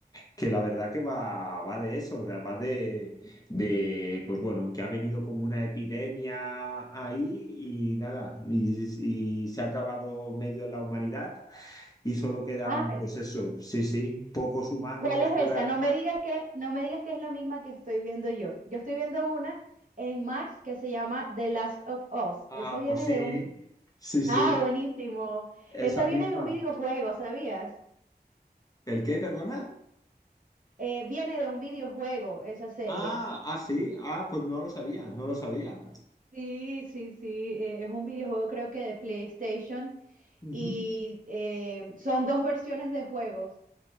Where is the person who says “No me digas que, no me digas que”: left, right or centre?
Right